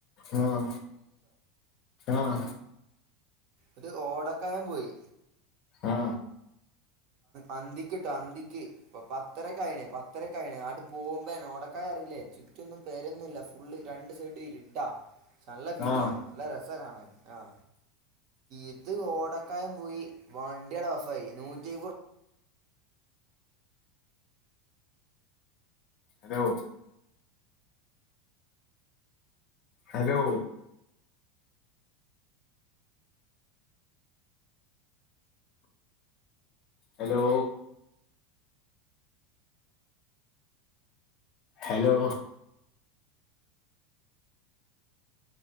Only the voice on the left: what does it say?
ആഹ ആഹ
ആ
ആ
hello hello hello hello